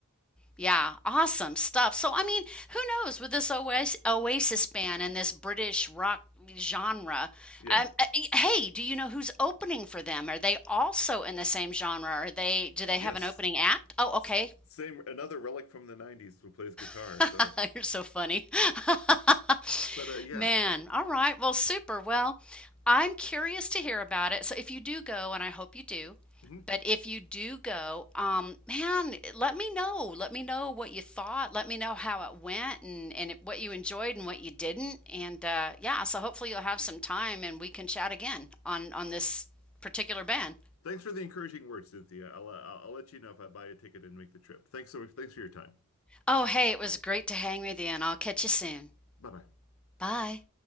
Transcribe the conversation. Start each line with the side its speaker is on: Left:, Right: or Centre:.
Centre: Yeah, awesome stuff. So, I mean, who knows with this Oas Oasis band and this British rock genre?
Left: yeah,
Centre: Um, uh, e- hey, do you know who's opening for them? Are they also in the same genre? Are they, do they
Left: yes.
Centre: have an opening act? Oh, okay.
Left: S- Same, another relic from the 90s who plays guitar.
Centre: <laughs>
Left: So,
Centre: You're so funny. <laughs>
Left: <laughs> but uh, yeah.
Centre: Man, all right. Well, super. Well, I'm curious to hear about it. So if you do go, and I hope you do,
Left: Mhm.
Centre: but if you do go, um, man, let me know. Let me know what you thought. Let me know how it went and and what you enjoyed and what you didn't. And uh, yeah, so hopefully you'll have some time and we can chat again on on this particular band.
Left: Thanks for the encouraging words, Cynthia. I'll, uh, I'll I'll let you know if I buy a ticket and make the trip. Thanks so much. Thanks for your time.
Centre: Oh, hey, it was great to hang with you, and I'll catch you soon.
Left: Bye bye.
Centre: Bye.